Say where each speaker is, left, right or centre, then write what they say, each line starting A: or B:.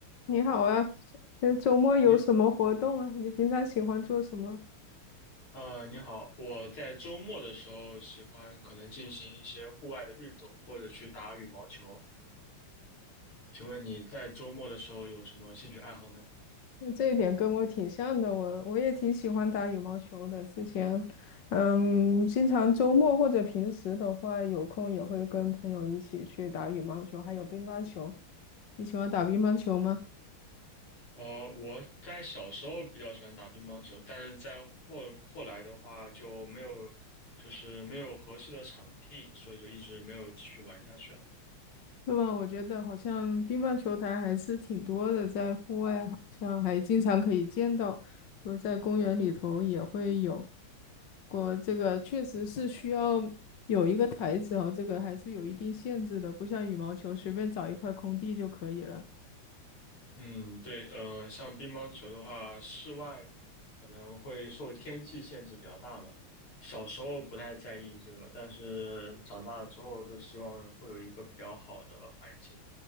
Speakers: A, on the left; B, on the left.
A: 你好啊，呃，周末有什么活动啊？
B: 你
A: 你平常喜欢做什么？
B: 呃，你好，我在周末的时候喜欢可能进行一些户外的运动，或者去打羽毛球。请问你在周末的时候有什么兴趣爱好呢？
A: 那这一点跟我挺像的，我我也挺喜欢打羽毛球的。之前，嗯，经常周末或者平时的话，有空也会跟朋友一起去打羽毛球，还有乒乓球。你喜欢打乒乓球吗？
B: 呃，我在小时候比较喜欢打乒乓球，但是在后后来的话就没有，就是没有合适的场地，所以就一直没有继续玩下去了。
A: 那么我觉得好像乒乓球台还是挺多的，在户外好像还经常可以见到，比如在公园里头也会有。国这个确实是需要有一个台子哦，这个还是有一定限制的，不像羽毛球随便找一块空地就可以了。
B: 嗯，对，呃，像乒乓球的话，室外可能会受天气限制比较大嘛。小时候不太在意这个，但是长大之后就希望会有一个比较好的环境。